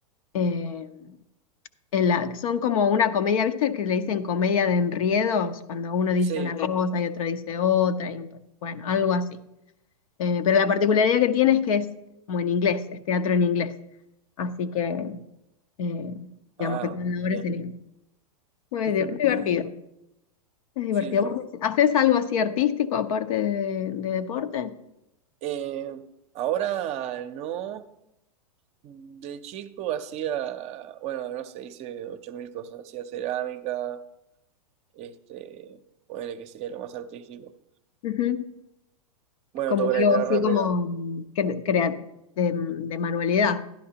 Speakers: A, on the left; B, on the right.
A: eh, en la, son como una comedia, ¿viste que le dicen comedia de enriedos? Cuando uno dice
B: Sí.
A: una Sí. cosa y otro dice otra, y un, bueno, algo así. Eh, pero la particularidad que tiene es que es como en inglés, es teatro en inglés. Así que, eh,
B: Ah,
A: digamos que tiene valores
B: bien.
A: en inglés. Muy
B: <laughs>
A: di- divertido, es divertido.
B: Sí, sí.
A: ¿Vos
B: sí.
A: haces algo así artístico aparte de, de deporte?
B: Eh, ahora no. De chico hacía, bueno, no sé, hice 8000 cosas. Hacía cerámica Este, ponele que sería lo más artístico.
A: Ujú.
B: Bueno,
A: Como
B: toco
A: algo
B: la guitarra,
A: así como
B: pero.
A: mm, cre- crea- de, mm, de manualidad,